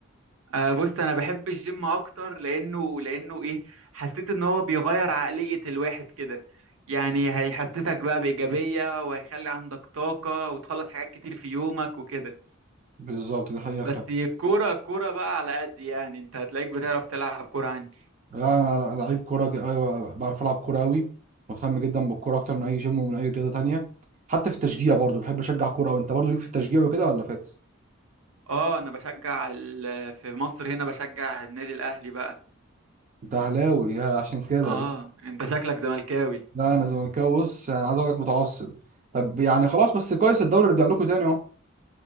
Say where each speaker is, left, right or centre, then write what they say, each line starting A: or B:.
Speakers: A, on the right; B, on the right.
A: أه بص انا بحب الجيم اكتر لانه لانه ايه حسيت ان هو بيغير عقلية الواحد كده يعني هيحسسك بقى بإيجابية وهيخلي عندك طاقة وتخلص حاجات كتير في يومك وكده
B: بالظبط ده حقيقة
A: بس
B: فعلا
A: الكورة الكورة بقى على قد يعني انت هتلاقيك بتعرف تلعب كورة عني
B: لا انا لا- لعيب كوره ج- ايوه بعرف العب كوره قوي مهتم جدا بالكوره اكتر من اي جيم ومن اي رياضه تانية حتى في التشجيع برضو بحب اشجع كوره وانت برضو ليك في التشجيع وكده ولا فاكس
A: اه انا بشجع ال... في مصر هنا بشجع النادي الاهلي بقى
B: انت اهلاوي يا عشان كده
A: اه انت شكلك زملكاوي
B: لا انا زملكاوي بص انا عايز اقول لك متعصب طب يعني خلاص بس كويس الدوري رجع لكم تاني اهو